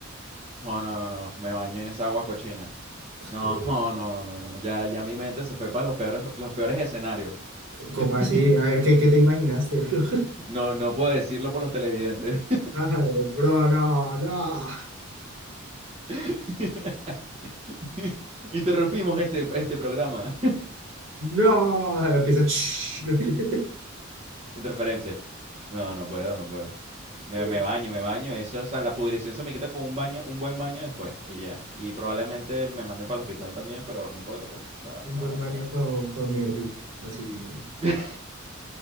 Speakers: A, on the right (about 30°); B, on the right (about 70°).
A: No, no, no, no. Me baño en esa agua cochina. No,
B: Uy.
A: <laughs> no, no, no. Ya, ya mi mente se fue para los peores, los peores escenarios.
B: ¿Cómo
A: <laughs>
B: así? A ver, ¿qué, qué te imaginaste, bro?
A: No, no puedo decirlo por los televidentes.
B: <laughs> Ay, bro, no, no,
A: <laughs> Interrumpimos este, este programa.
B: no. Empieza. "Shh". <laughs>
A: <laughs> Interferencia. No, no puedo, no puedo. Me,
B: Uy.
A: me baño, me baño. Eso, es la pudrición se me quita con un baño, un buen baño después y ya. Y probablemente me manden para el hospital también, pero no importa, pues. O sea,
B: Un
A: no,
B: buen baño
A: no.
B: con, con mierdita, así bien,
A: <laughs>